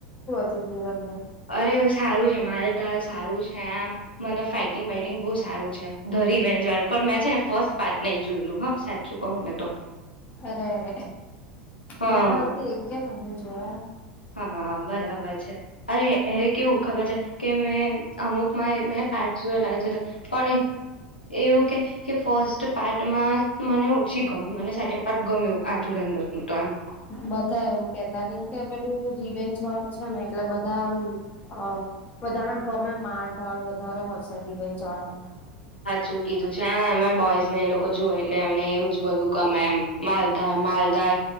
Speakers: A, on the left; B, on the left.
A: તું ધુરં
B: અરે સારું છે. મારે ડાર સારું છે આમ. મને ફાઈટિંગ વાઈટિંગ બહુ સારું છે ધરી બે જ વાળું પણ મેં છે ને ફર્સ્ટ પાર્ટ નહી જોયેલું હા સાચું કહું ને તો.
A: અરે અરે
B: હા
A: મેં તો હજી એકકે નહીં જોયા.
B: હા બરાબર છે. અરે એ કેવું ખબર છે કે મેં અમુકમાં માં મે પાર્ટ જોયેલા પણ એ એવું કે કે ફસ્ટ પાર્ટમાં મને ઓછી ગમી મને સેકન્ડ પાર્ટ ગમ્યું આ ધૂલંદોર ની તો એમ
A: બધા એવું કેતા કેમ કે પેલું રીવેન્જ વાળું છે ને એટલે બધા આમ હ બધા ના ગમે માડધાડ વધારે હોશેરી રે ચાડાના
B: ચુ કીધું છે એ એમાં બોયઝ ને એ લોકો જોય એટલે એમને એવું જ બધું ગમે એમ માલધાર માલધાર